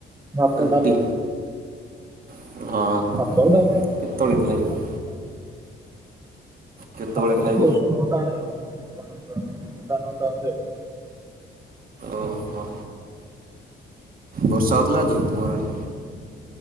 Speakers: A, on the right; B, on the right.
A: ଭାତ,
B: ରୁଟି
A: ଡାଲି।
B: ହଁ।
A: ଭାତ ଆଉ ଡ଼ାଲି।
B: କେତେବେଳେ ଖାଇବୁ।
A: ରୁଟି
B: କେତେବେଳେ
A: ଆଉ ଟିକେ
B: ଖାଇବୁ
A: ଦଶ ନଅ ଟା ଆଡେ ଆଉ। ନଅ ଟା, ନଅ ଟା, ନଅ ଟା, ନଅ ଟା <unintelligible>
B: ଓହୋ। ବର୍ଷା ହଉଥିଲା ଆଜି ତମ ଆଡେ।